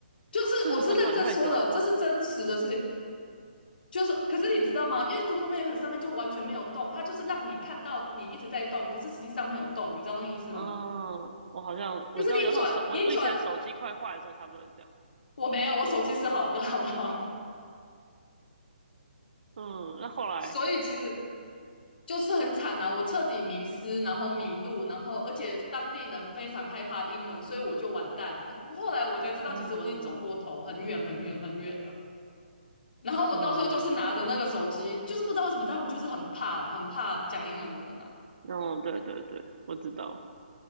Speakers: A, on the left; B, on the right.
A: 就是我是认真说的，
B: 四十分钟也太久了吧？
A: 这是真实的事情。就是可是你知道吗？因为 Google Map 上面就完全没有动，它就是让你看到你一直在动，可是实际上没有动，你知道那个意思吗？
B: 嗯，我好像我知道有那种手，
A: 可是你转你转
B: 我我以前手机快坏的时候差不多是这样。
A: 我没有，我手机是好的，<laughs> 好不好？
B: 嗯，那后来，
A: 所以其实就是很惨啊，我彻底迷失，然后迷路，然后而且当地人非常害怕英文，所以我就完蛋了。后来我才知道，
B: 嗯
A: 其实我已经走过头，很远很远很远了。然后我到最候就是拿着那个手机，
B: 嗯，
A: 就是不知道为什么他们就是很怕，很怕讲英文的人啊。
B: 哦，对对对，我知道。